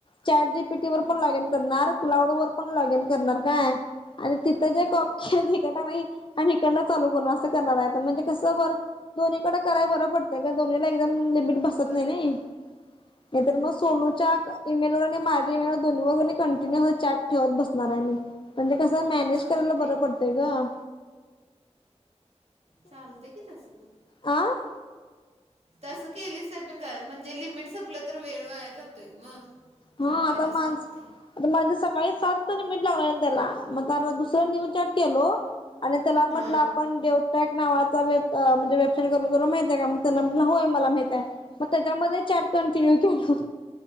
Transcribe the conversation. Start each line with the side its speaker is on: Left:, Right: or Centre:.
Left: चॅटजीबीटी वर
Right: हम्म
Left: पण लॉगिन करणार क्लाउड वर पण लॉग इन करणार काय. आणि तिथं
Right: हम्म
Left: जे कॉप के तिक मा <unintelligible> चालू करणर अस करणार आता म्हंजे कस दोन्हीकड कराय बर पडतय ग दोन्हीला लिमिट बसत
Right: होय
Left: नाही नी
Right: होय
Left: नाहीतर
Right: हम्म
Left: मग सोनुच्या ईमेल आणि माझ्या जे दोन् कंटिन्यूस चॅट ठेवत बसणार आहे मी म्हणजे कसं मॅनेज
Right: चालतय
Left: करायला बरं
Right: की
Left: पडतंय ग.
Right: चालतय कि तस पण.
Left: आं.
Right: तसं केलीच तर पण म्हणजे लिमिट संपलं तर वेळ वाया जातोय ग मग.
Left: हा
Right: थांबायलाच
Left: आता माझ
Right: लागतय
Left: आता माझे सकाळी सात तरमिट लागले त्याला मग तर दुसरं न्यू चॅ्ट केल. आणि त्याला म्हटलं
Right: हा
Left: आपण देवटॅक नावाचा वे म्हणजे वेबसाईट करून तला माहितय का मग त्यां होय मला माहितय मग त्याच्यामध्ये च कंटीन्यू केलो.